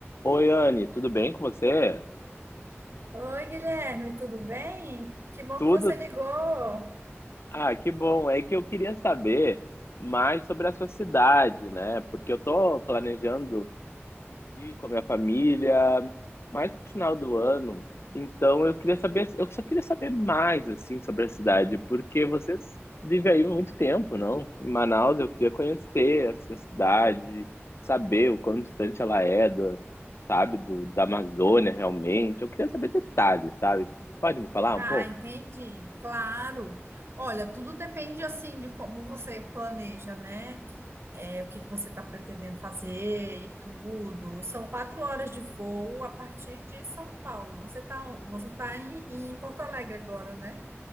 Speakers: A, on the left; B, on the right.
A: Oi, Anne, tudo bem com você?
B: Oi, Guilherme, tudo bem? Que bom
A: Tudo?
B: que você ligou.
A: Ah, que bom. É que eu queria saber mais sobre a sua cidade, né? Porque eu tô planejando ir com a minha família mais no final do ano. Então eu queria saber, eu só queria saber mais assim sobre a cidade, porque vocês vivem aí há muito tempo, não? Em Manaus, eu queria conhecer essa cidade, saber o quão distante ela é da, sabe, do, da Amazônia realmente. Eu queria saber detalhes, sabe? Pode me falar um
B: Ah,
A: pouco?
B: entendi, claro. Olha, tudo depende assim de como você planeja, né? É, o que que você está pretendendo fazer e tudo. São quatro horas de voo a partir de São Paulo. Você está você tá em, em Porto Alegre agora, né?